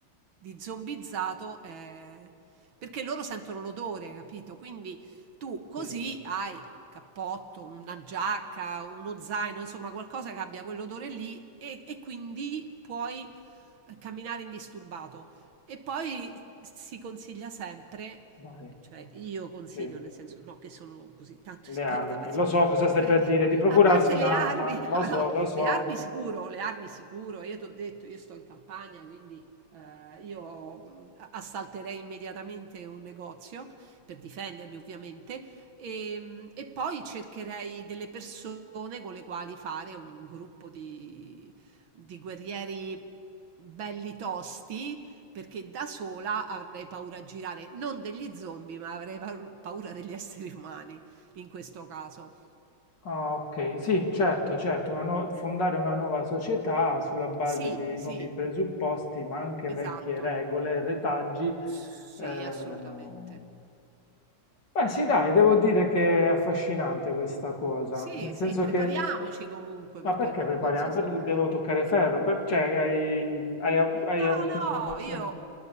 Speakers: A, on the right; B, on the left.
A: di zombizzato, eh, perché loro sentono l'odore, capito? Quindi tu così
B: sì,
A: hai cappotto, una giacca, uno zaino, insomma qualcosa che abbia quell'odore lì e, e quindi puoi eh, camminare indisturbato. E poi si consiglia sempre,
B: vai,
A: cioè io consiglio,
B: sì,
A: nel senso, no che sono così tanto <laughs> esperta,
B: le armi,
A: ma insomma,
B: lo so cosa stai
A: eh,
B: per dire, di procurarsi
A: a parte
B: un'arma,
A: le armi,
B: lo
A: <laughs> no,
B: so,
A: no,
B: lo so,
A: le armi sicuro, le armi sicuro, io ti ho detto, io sto in campagna, quindi eh, io mh, assalterei immediatamente un negozio per difendermi, ovviamente, e, mh, e poi cercherei delle persone con le quali fare un gruppo di, di guerrieri belli tosti, perché da sola avrei paura a girare, non degli zombie, ma avrei paur- paura degli esseri umani in questo caso.
B: Ah, ok, sì, certo, certo, una nuova- fondare una nuova società sulla base
A: Sì,
B: di
A: sì,
B: nuovi presupposti, ma anche
A: esatto.
B: vecchie regole, retaggi,
A: Sì,
B: ehm,
A: assolutamente.
B: Beh, sì, dai, devo dire che è affascinante questa cosa,
A: Sì,
B: nel senso
A: sì, prepariamoci
B: che
A: comunque
B: Ma
A: perché
B: perché
A: non
B: prepariamo?
A: non si sa
B: Per-
A: mai.
B: devo toccare ferro? Per- cioè, hai, hai av- hai
A: No,
B: avuto informazioni?
A: no, io